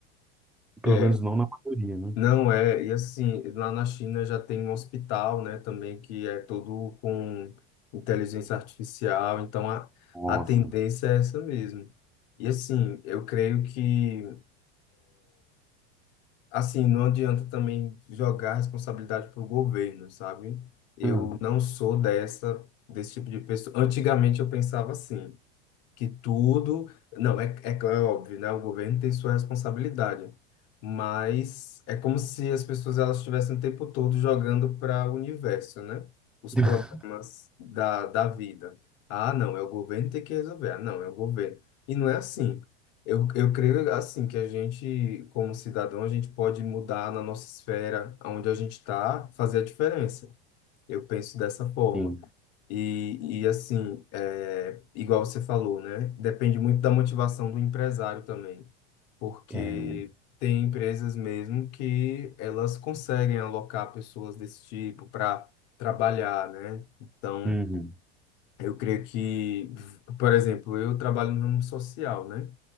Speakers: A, in the centre; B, on the left (about 55°).
A: Pelo
B: é.
A: menos não na maioria, né?
B: Não é. E assim, lá na China já tem um hospital, né, também que é todo com inteligência artificial. Então a,
A: Nossa.
B: a tendência é essa mesmo. E assim, eu creio que assim, não adianta também jogar a responsabilidade para o governo, sabe? Eu
A: Hum.
B: não sou dessa desse tipo de pessoa. Antigamente eu pensava assim. que tudo. Não, é, é, claro, é óbvio, né? O governo tem sua responsabilidade, mas é como se as pessoas elas estivessem o tempo todo jogando para o universo, né? Os
A: <laughs>
B: problemas da, da vida. Ah, não, é o governo que tem que resolver. Ah, não, é o governo. E não é assim. Eu, eu creio assim que a gente, como cidadão, a gente pode mudar na nossa esfera, onde a gente está, fazer a diferença. Eu penso dessa forma.
A: Sim.
B: E, e assim, é, igual você falou, né? Depende muito da motivação do empresário também, porque
A: É. velho.
B: tem empresas mesmo que elas conseguem alocar pessoas desse tipo para trabalhar, né? Então,
A: Uhum.
B: eu creio que, por exemplo, eu trabalho no ramo social, né?